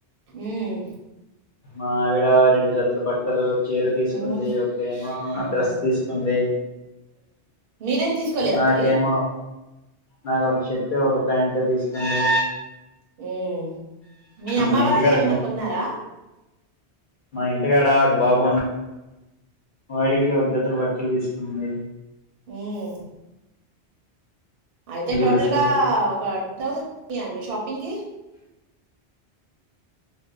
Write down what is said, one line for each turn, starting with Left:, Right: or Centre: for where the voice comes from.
Right: ఉమ్,
Left: మా ఆవిడ రెండు జతుల బట్టలు చీర తీసుకుంది
Right: ఉమ్,
Left: ఒకేమో
Right: ఉమ్.
Left: డ్రెస్ తీసుకుంది
Right: మీరేం తీసుకోలేద
Left: నాకేమో
Right: అండి
Left: నాకు ఒక షర్టు ఒక ప్యాంటు తీసుకుంది
Right: హ్మ్ మీ అమ్మ
Left: మా ఇంటికాడ
Right: వాళ్ళు ఏమన్నా కొన్నారా
Left: మా ఇంటిగాడ ఒక బాబున్నాడు వాడికి ఒక జతలు బట్టలు తీసుకుంది
Right: హ్మ్ అయితే
Left: పిలుస్తారు
Right: టోటల్ గా ఒక టు థౌసండ్ అండి షాపింగ్ కి